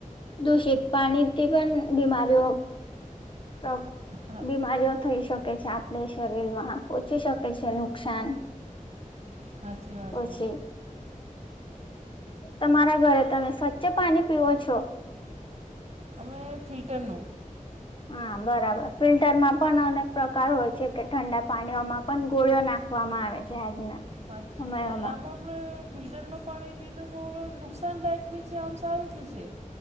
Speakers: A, on the left; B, on the right.
A: દૂષિત પાણીથી પણ બીમારીઓ તો
B: હા
A: બીમારીઓ થઈ શકે છે આપડે શરીર માં પોચી શકે છે નુકસાન <inaudible>
B: હાચી વાત
A: પછી
B: હે.
A: તમારા ઘરે તમે સ્વચ્છ પાની પીવો છો?
B: અમે ફિલ્ટરનું
A: હા બરાબર ફિલ્ટરમાં પણ અનેક પ્રકાર હોય છે કે ઠંડા પાણીઓમાં પણ ગોળીઓ નાખ નાખવામાં આવે છે આજના
B: હા
A: સમયમાં
B: તો આમાં આપણે ફિલ્ટરનું પાણી પીધું તો નુકસાનદાયક બી છે એમ સારું બી છે.